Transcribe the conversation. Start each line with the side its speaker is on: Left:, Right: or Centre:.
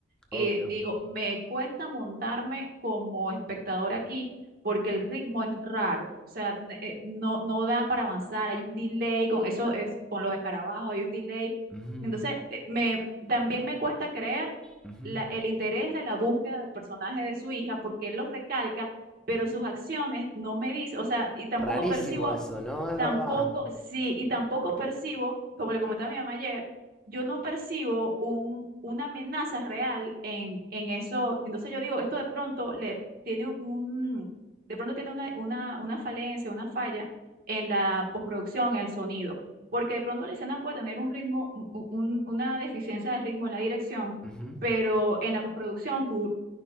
Centre: obvio.
Right: Y digo, me cuesta montarme como espectador aquí porque el ritmo es raro. O sea, n- eh, no, no da para avanzar, hay un delay, con eso es con los escarabajos, hay un delay.
Centre: ujú,
Right: Entonces, eh, me, también me cuesta creer
Centre: ujú,
Right: la- el interés de la búsqueda del personaje de su hija porque él los recalca, pero sus acciones no me dice, o sea, y tampoco
Centre: Rarísimo
Right: percibo
Centre: eso, ¿no? Es
Right: Tampoco,
Centre: verdad.
Right: sí, y tampoco percibo, como le comenté a mi mamá ayer, yo no percibo un, una amenaza real en, en eso. Entonces yo digo, esto de pronto le tiene un, de pronto tiene una, una, una falencia, una falla en la postproducción, en el sonido, porque de pronto la escena puede tener un ritmo, un- un- una deficiencia de ritmo en la dirección,
Centre: ujú,
Right: pero en la postproducción tú